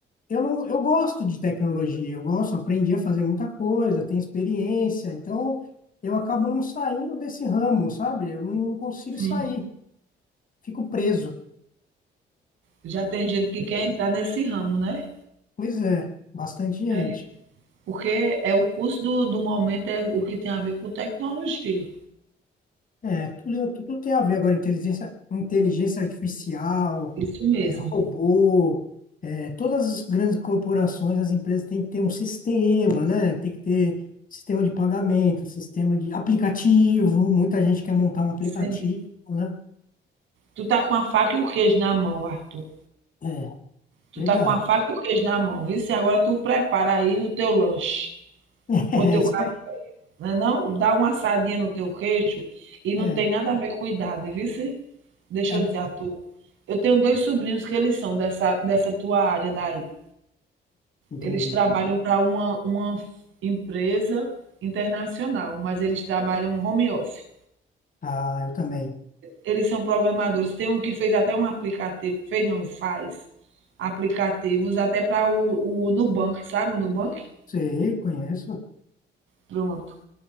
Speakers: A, on the left; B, on the right.
A: eu não, eu gosto de tecnologia, eu gosto, aprendi a fazer muita coisa, tenho experiência, então eu acabo não saindo desse ramo, sabe? Eu não consigo
B: Sim.
A: sair, fico preso.
B: Já tem gente que quer entrar nesse ramo, né?
A: Pois é, bastante gente.
B: É. Porque é o curso do, do momento, é o que tem a ver com tecnologia.
A: É, tudo, tudo tem a ver agora, inteligência, inteligência artificial,
B: Isso mesmo.
A: é, robô, é, todas as grandes corporações, as empresas têm que ter um sistema, né? Tem que ter sistema de pagamento, sistema de aplicativo, muita gente quer montar um aplicativo,
B: Sim.
A: né?
B: Tu tá com a faca e o queijo na mão, Arthur.
A: É,
B: Tu
A: verdade.
B: tá com a faca e o queijo na mão, viu? Se agora tu prepara aí o teu lanche,
A: <laughs> É,
B: o teu
A: isso
B: café,
A: aí,
B: não, é não dá uma assadinha no teu queijo e não
A: é,
B: tem nada a ver com idade, viu? Se- Deixa
A: é,
B: eu
A: ver-
B: dizer, Arthur. Eu tenho dois sobrinhos que eles são dessa, dessa tua área daí.
A: entendi.
B: Eles trabalham para uma uma f empresa internacional, mas eles trabalham home office.
A: Ah, eu também.
B: Eles são programadores, tem um que fez até um aplicativo, fez não, faz aplicativos até para o o Nubank, sabe o Nubank?
A: Sei, conheço.
B: Pronto.